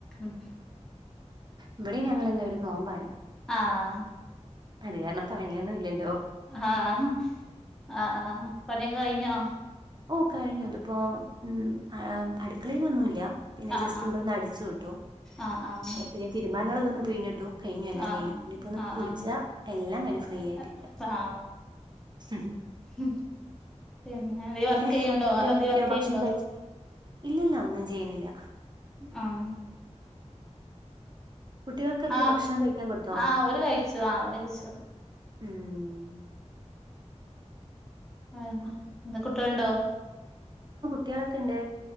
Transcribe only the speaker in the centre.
ഉം
ആഹ്
ആഹ ആഹ പണിയൊക്കെ കഴിഞ്ഞോ?
ആഹ്
ആഹ്
ആഹ് ആഹ്
ആഹ്
ആഹ്
ആഹ്
ഉം പിന്നെന്തേലും വർക്ക്
ചെയ്യണ്ടോ
വേറെന്തേലും വർക്ക്
ചെയ്യണ്ടോ?
ആഹ്
ആഹ്
ആഹ് ഓരു കഴിച്ചു ആ ഓരു കഴിച്ചു
ഏഹ് എന്താ കുട്ടികളുണ്ടോ?